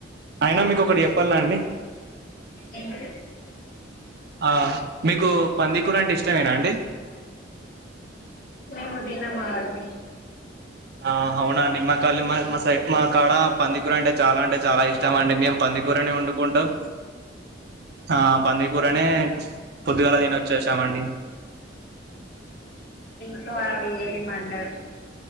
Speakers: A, on the right; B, on the left.
A: అయినా మీకు ఒకటి చెప్పాల అండి
B: ఏంటిది
A: ఆ అ మీకు పందీకూర అంటే ఇష్టమేనా అండి
B: మేము తినము ఆగమి
A: ఆ అవునాండి మాగాలి గల్లీ మ సైడ్ మా కాడ పందికూర అంటె చాలా అంటే చాలా ఇష్టం అండి మేము పందికూరనే వండుకుంటాం ఆ పందికూరనే పొద్దుగాల తినొచ్చేసామండి
B: ట్లో అమీ ఏమంటారు